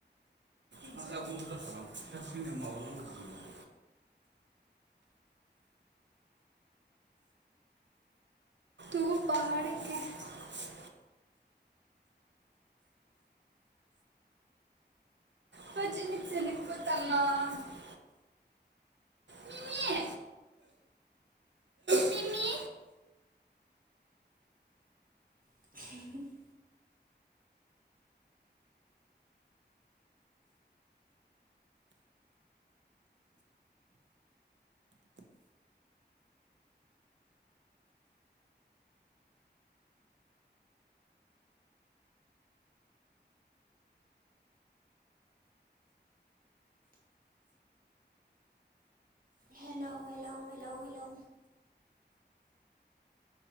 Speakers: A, on the right (about 85°); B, on the right (about 50°).
A: <inaudible> <inaudible> <inaudible> मिमि मिमि
B: <inaudible> हेलौ हेलौ हेलौ हेलौ।